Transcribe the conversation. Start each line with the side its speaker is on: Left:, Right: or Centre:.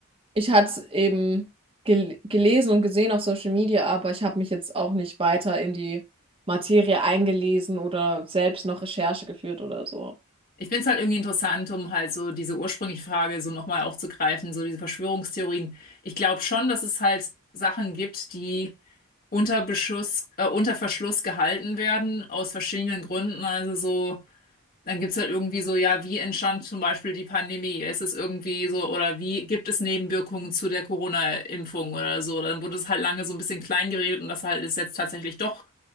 Right: Ich hatte es eben gel gelesen und gesehen auf Social Media, aber ich habe mich jetzt auch nicht weiter in die Materie eingelesen oder selbst noch Recherche geführt oder so.
Left: ich finde es halt irgendwie interessant, um halt so diese ursprüngliche Frage so nochmal aufzugreifen, so diese Verschwörungstheorien. Ich glaube schon, dass es halt Sachen gibt, die unter Beschuss, äh, unter Verschluss gehalten werden, aus verschiedenen Gründen. Also so. Dann gibt's halt irgendwie so, ja, wie entstand zum Beispiel die Pandemie? Ist es irgendwie so, oder wie gibt es Nebenwirkungen zu der Corona-Impfung oder so? Dann wurde es halt lange so ein bisschen klein geredet und dass halt es jetzt tatsächlich doch